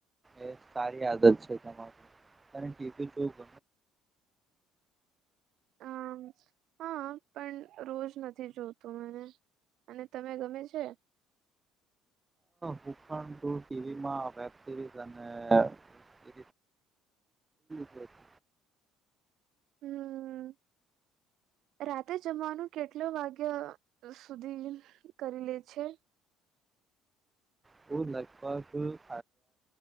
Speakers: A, on the right; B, on the right.
A: એ સારી આદત છે, તમારી ટીવી જૂથ
B: આમ હા, પણ રોજ નથી જોતું મને અને તમે ગમે છે.?
A: હુ પણ ટીવીમાં વેબસિરીઝ અને બ સર <inaudible>
B: હું <inaudible> રાતે જમવાનું કેટલા વાગ્ય સુધી કરી લે છે.?
A: બહુ લક્ષ્ય તું,